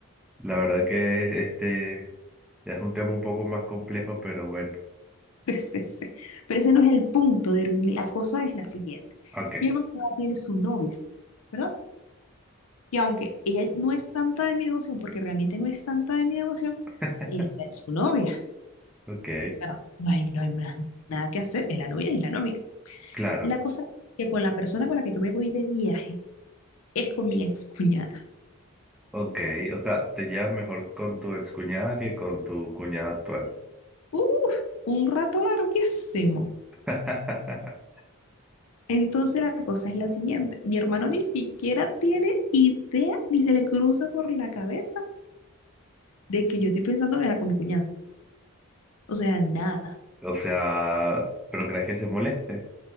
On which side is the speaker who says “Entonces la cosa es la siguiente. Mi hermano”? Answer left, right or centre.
Left